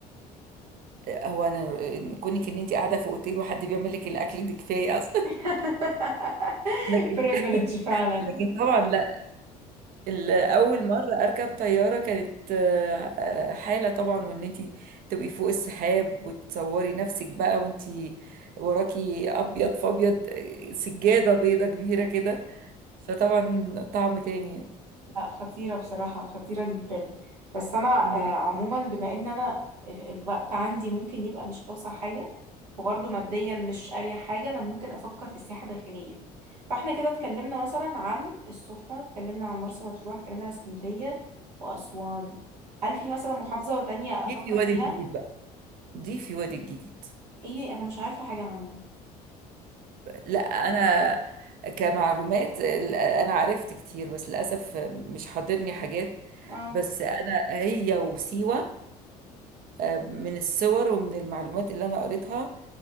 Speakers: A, on the right (about 45°); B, on the right (about 80°).
A: آه، هو انا إن- كونك ان انت قاعده في اوتيل وحد بيعمل لك الاكل دي كفايه اصلا <laughs>
B: <laughs>
A: لكن
B: privilege فعلا
A: لكن طبعا لا ال- اول مره اركب طياره كانت آه، آه، حاله طبعا وان انت تبقي فوق السحاب وتصوري نفسك بقى وانت وراكي ابيض في ابيض آه، سجاده بيضه كبيره كده فطبعا طعم تاني يعني
B: لا خطيرة بصراحة خطيرة جدا بس انا
A: مم.
B: آه، عموما بما ان انا ال- الوقت عندي ممكن يبقى مش اوسع حاجة وبرضو ماديا مش اريح حاجة انا ممكن افكر في السياحة الداخلية فاحنا كده اتكلمنا مثلا عن السخنة اتكلمنا عن مرسى مطروح اتكلمنا عن اسكندرية واسوان هل في مثلا محافظة تانية افكر
A: دي في وادي
B: فيها
A: الجديد بقى دي في وادي الجديد
B: ايه انا مش عارفة حاجة عنه
A: لا انا كمعلومات ال- انا عرفت كتير بس للاسف مش حاضرني حاجات
B: اه
A: بس انا هي وسيوه آه، من الصور ومن المعلومات اللي انا قريتها